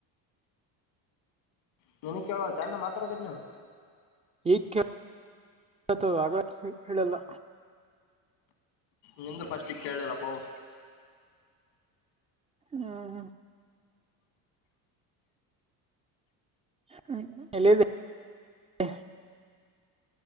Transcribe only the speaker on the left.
ಧ್ವನಿ ಕೇಳವಾತ ಏನ ನಾ ಮಾತಾಡಕತ್ತಿದೇನ
ನಿಂದು ಫಸ್ಟು ಕೇಳಿಲ್ಲಪ್ಪವೋ